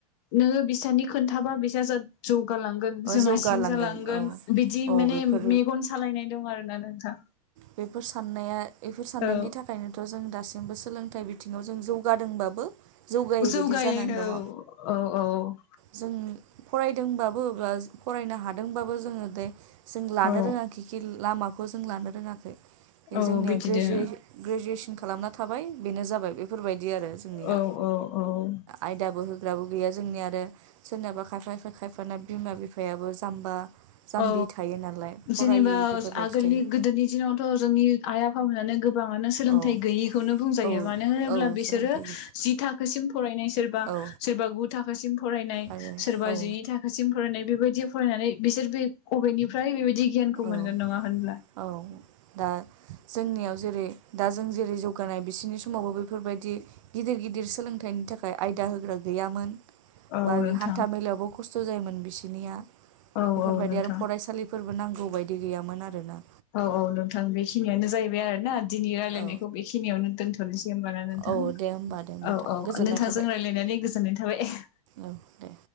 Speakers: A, on the left; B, on the right.
A: नोङो बिसानि खोन्थाबा बिसा जा। जौगालांगोन जोंहा
B: जौगालांगोन
A: सिं जालांगोन
B: औ
A: बिदि
B: औ
A: माने
B: बेफोर
A: मेगन सालायनाय दं आरो। ना नोंथां।
B: बेफोर साननाया बेफोर साननायनि
A: औ
B: थाखायनोथ' जों दासिम। जोंबो सोलोंथाइ बिथिङाव जों जौगादोंबाबो। जौगायै
A: जौगायो
B: बायदि जानानै दङ
A: औ -औ -औ-।
B: जों फरायदोंबाबो फरायनो हादोंबाबो जोङो दे। जों लानो
A: औ
B: रोङाखिखि लामाखौ जों लानो रोङाखै। बे
A: औ
B: जोंनिया
A: बिदिनो
B: ग्रेजु ग्रेजुवेसन खालामना थाबाय बेनो जाबाय बे। बेफोरबायदि आरो जोंनिया
A: औ औ
B: आयदाबो होग्राबो गैया जोंनिया आरो। सोरनाबा खायफा खायफा खायफाना बिमा बिफायाबो जाम्बा। जाम्बि
A: औ
B: थायो नालाय फरायै
A: जेनेबा
B: बेफोरबायदि
A: ओ आगोलनि
B: थायो
A: गोदोनि दिनाव। थ' जोंनि आइ आफामोनानो गोब। गोबाङानो सोलोंथाइ
B: औ
A: गैयिखौनो बुंजायो
B: औ
A: मानो होनोब्ला
B: औ
A: बिसोरो
B: सोलोंथाइ
A: जि थाखोसिम फरायनाय सोरबा।
B: औ
A: सोरबा गु थाखोसिम। फरायनाय
B: आरो
A: सोरबा
B: औ
A: जिनै थाखासिम फरायनाय बेबायदि फरायनानै बिसोर बे अबेनिफ्राय बेबायदि। जि गियानखौ मोनो।
B: औ औ दा जोंनियाव जेरै दा जों जेरै जौगानाय बिसिनि समावबो बे। बेफोरबायदि गिदिर गिदिर सोलोंथाइनि थाखाय आयदा होग्रा गैयामोन।
A: औ
B: बा
A: नोंथां
B: हान्था मेलायावबो खस्थ' जायोमोन बिसोरनिया
A: औ
B: बेफोरबायदि
A: औ नोंथां
B: आरो फरायसालि। जबो नांगौ बायदि गैयामोन आरोना।
A: औ औ नोंथां बेखिनियानो जाहैबाय आरो ना दिनै रायज्लायनायखौ
B: औ
A: बेखिनियावनो दोनथ'नोसै। दे होनबाना नोंथां
B: औ दे होमबा दे नोंथां
A: औ -औ
B: गोजोननाय
A: -नोंथांजों
B: थाबाय
A: रायलायनानै गोजोननाय थाबाय। <inaudible> <inaudible>
B: औ दे